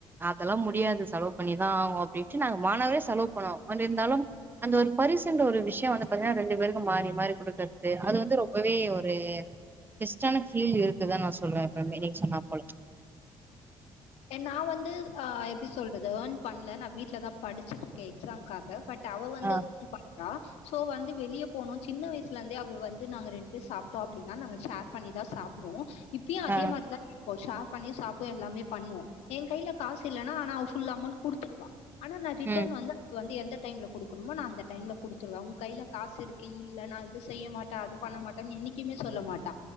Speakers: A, on the right; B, on the left.
A: அதெல்லா முடியாது செலவு பண்ணிதா ஆவோ அப்டின்ட்டு நாங்க மாணவரியா செலவு போனோ அப்டி இருந்தாலு அந்த ஒரு பரிசு என்ற ஒரு விஷ்யோ வந்து பாத்தீன்னா ரெண்டு பேருக்கு மாறி மாறி கொடுக்குறது அது வந்து ரொம்பவே ஒரு பெஸ்ட்டான பீல் இருக்குதா நா சொல்வே ம் <unintelligible> போல
B: நா வந்து ஆ எப்டி சொல்றது ஏர்ன் பண்ணல நா வீட்லதா படிச்சுட்டு இருக்கே எக்ஸாம்காக பட் அவ வந்து
A: ஆ
B: வொர்க் பண்றா ஸோ வந்து வெளிய போனோ சின்ன வயசுல இருந்தே அவ வந்து நாங்க ரெண்டு பேர் சாப்டோ அப்டின்னா நாங்க ஷேர் பண்ணிதா சாப்டுவோ இப்பியு அதே
A: ஆ
B: மாரிதா போ ஷேர் பண்ணி சாப்டுவோ எல்லாமே பண்ணுவோ என் கையில காசுல்லைன்னா ஆனா அவ ஃபுல் அமௌண்ட் குடுத்துடுவா ஆனா நா ரிட்டர்ன்
A: ம்
B: வந்து அது வந்து எந்த டைம்ல குடுக்கணுமோ நா அந்த டைம்ல குடுத்துடுவ உன் கையில காசு இருக்கு இல்ல நா இத செய்ய மாட்ட அத பண்ண மாட்டனு என்னைக்குமே சொல்ல மாட்ட